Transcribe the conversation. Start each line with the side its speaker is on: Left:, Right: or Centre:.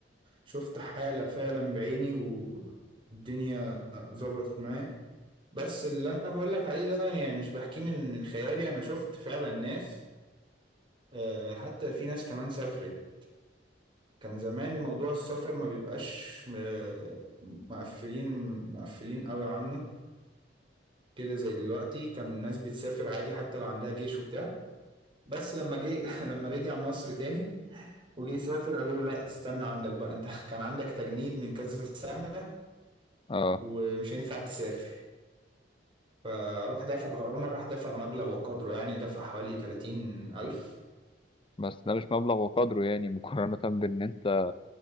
Right: شفت حالة فعلا بعيني والدنيا ظبطت معايا بس اللي انا بقول لك عليه ده يعني مش بحكيه من من خيالي انا شفت فعلا ناس آه، حتى في ناس كمان سافرت كان زمان موضوع السفر ما بيبقاش آه، مقفلين مقفلين قوي عنه كده زي دلوقتي كان الناس بتسافر عادي حتى لو عندها جيش وبتاع بس لما جه <laughs> لما رجع مصر تاني وجي يسافر قالوا له لا استنى عندك بقى انت <laughs> كان عندك تجنيد من كذا سنة
Left: اه
Right: ومش هينفع تسافر فراح دفع غرامة راح دفع مبلغ وقدره يعني دفع حوالي 30 ألف
Left: بس ده مش مبلغ وقدره يعني مقارنة بإن أنت